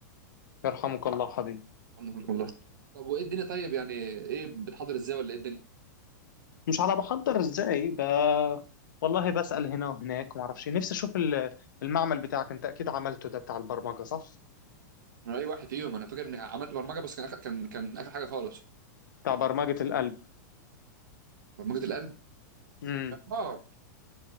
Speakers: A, on the left; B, on the right.
A: يرحمك الله حبيبي
B: الحمد لله والله. طب وايه الدنيا طيب يعني ايه بتحضر ازاي ولا ايه الدنيا
A: مش على بحضر ازاي ب... والله بسأل هنا وهناك وما اعرفش إيه. نفسي اشوف ال- المعمل بتاعك انت اكيد عملته ده بتاع البرمجه صح
B: انا اي واحد فيهم انا فاكر اني عملت برمجه بس كان آخر كان كان اخر حاجه خالص
A: بتاع برمجه القلب
B: برمجه القلب
A: امم
B: اه